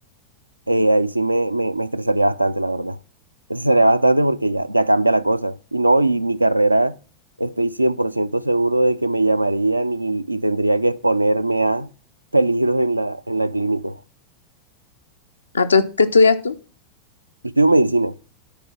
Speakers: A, on the right; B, on the left.
A: eh, ahí sí me, me, me estresaría bastante, la verdad. Me estresaría bastante porque ya, ya cambia la cosa. Y no, y mi carrera, estoy 100% seguro de que me llamarían y, y tendría que exponerme a peligros en la, en la clínica. Yo
B: ¿A tú- qué estudias tú?
A: estudio medicina.